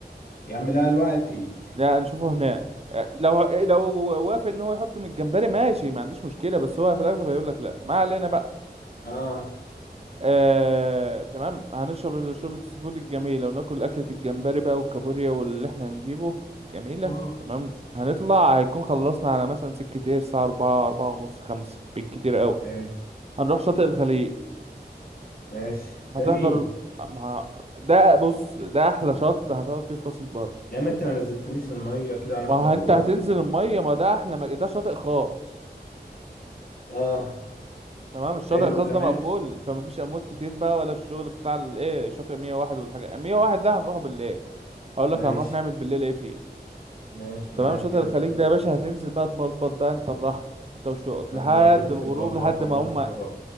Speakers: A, on the left (about 60°); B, on the right (about 35°).
A: يا عم لا دلوقتي
B: لا نشوفه هناك آه، لو لو وافق ان هو يحط من الجمبري ماشي ما عنديش مشكله بس هو في الاغلب هيقول لك لا ما علينا بقى
A: اه
B: آه، تمام هنشرب شوربة السي فود الجميلة وناكل أكلة الجمبري بقى والكابوريا واللي احنا هنجيبه جميلة
A: اه
B: تمام هنطلع هيكون خلصنا على مثلا سكة ايه الساعة أربعة أربعة ونص خمس بالكتير أوي
A: حلو
B: هنروح شاطئ الخليج
A: ماشي
B: هتحضر
A: تاني
B: ما ده بص ده أحلى شط هتقعد فيه في راس البر
A: يا ما انت ما نزلتنيش الميه كده هنحضر
B: ما ه-
A: غروب
B: انت هتنزل
A: ايه
B: المية ما ده أحلى ما ده شاطئ خاص
A: اه
B: تمام الشاطئ
A: حلو
B: الخاص
A: ده
B: ده مقفول
A: ماشي
B: فمفيش امواج كتير بقى ولا الشغل بتاع الايه شاطئ 101 والحاجه 101 ده هنروحه بالليل هقول لك
A: ماشي
B: هنروح نعمل بالليل ايه فيه
A: ماشي معاك
B: تمام شاطئ
A: كده
B: الخليج
A: كل
B: ده يا باشا
A: كده
B: هتنزل بقى تبلبط بقى انت براحتك انت وشوقك
A: ايوه
B: لحد
A: اديني
B: الغروب
A: في البلبطه
B: لحد ما
A: الله
B: هم
A: يسترك